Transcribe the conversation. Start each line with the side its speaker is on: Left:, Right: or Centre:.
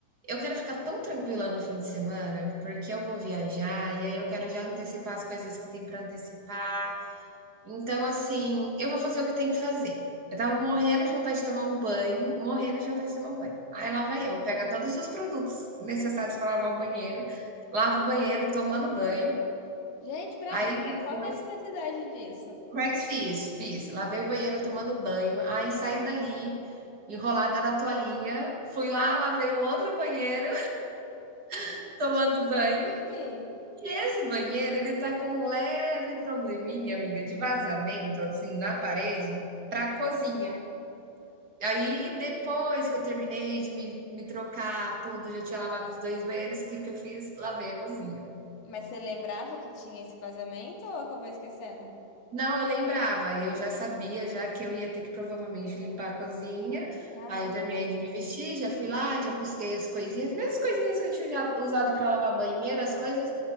Right: eu quero ficar tão tranquila no fim de semana, porque eu vou viajar e aí eu quero já antecipar as coisas que tem para antecipar. Então, assim, eu vou fazer o que tem que fazer. Eu estava morrendo de vontade de tomar um banho, morrendo de vontade de tomar um banho. Aí lá vai eu, pega todos os produtos necessários para lavar o banheiro, lavo o banheiro tomando banho.
Left: Gente, pra
Right: Aí
Left: quê?
Right: depois,
Left: Qual que é a necessidade disso?
Right: mas fiz, fiz. Lavei o banheiro tomando banho, aí
Left: Hum.
Right: saí dali enrolada na toalhinha, fui lá, lavei o outro banheiro <laughs> tomando
Left: Gente!
Right: banho. E esse banheiro, ele tá com um leve probleminha, amiga, de vazamento assim na parede para a cozinha.
Left: Hum.
Right: Aí, depois que eu terminei de me, me trocar tudo, já tinha lavado os 2 banheiros, o que que eu fiz? Lavei a cozinha.
Left: Mas você lembrava que tinha esse vazamento ou acabou esquecendo?
Right: Não, eu lembrava, eu já sabia já que eu ia ter que provavelmente limpar a cozinha.
Left: Caraca.
Right: Aí eu terminei de me vestir, já fui lá, já busquei as coisinhas, mesmas coisinhas que eu tinha já usado para lavar banheiro, as coisas.